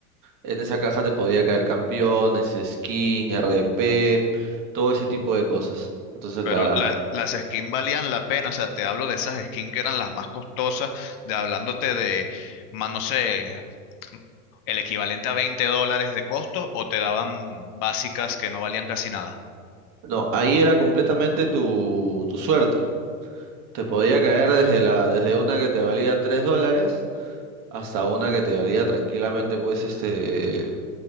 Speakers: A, on the right; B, on the left.
A: En esa caja te podía caer campeones, skin, RP, todo ese tipo de cosas. Entonces
B: Pero
A: la...
B: la- las skins valían la pena. O sea, te hablo de esas skins que eran las más costosas, de hablándote de, más no sé, el equivalente a 20 dólares de costo o te daban básicas que no valían casi nada.
A: No, ahí era completamente tu, tu suerte. Te podía caer desde la, desde una que te valía 3 dólares hasta una que te valía tranquilamente pues este